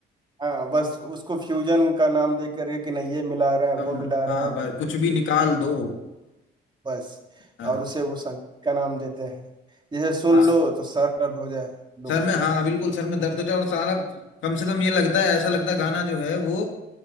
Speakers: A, on the right (about 25°); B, on the left (about 75°).
A: हाँ बस उसको फ्यूजन का नाम दे करके कि नहीं ये मिला रहे हैं
B: हाँ
A: वो मिला रहे
B: हाँ,
A: हैं
B: बस कुछ भी निकाल दो
A: बस
B: हाँ
A: और उसे वो संगीत का नाम देते हैं जैसे सुन
B: आ-
A: लो तो सर दर्द हो जाए लोगों
B: सर में
A: को
B: हाँ बिल्कुल सर में दर्द होता है और सारा कम से कम ये लगता है ऐसा लगता है गाना जो है वो